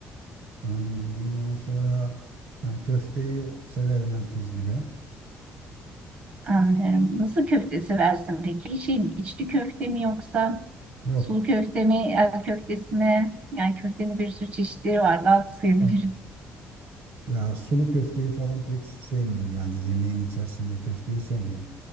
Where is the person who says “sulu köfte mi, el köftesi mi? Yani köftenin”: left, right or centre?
Right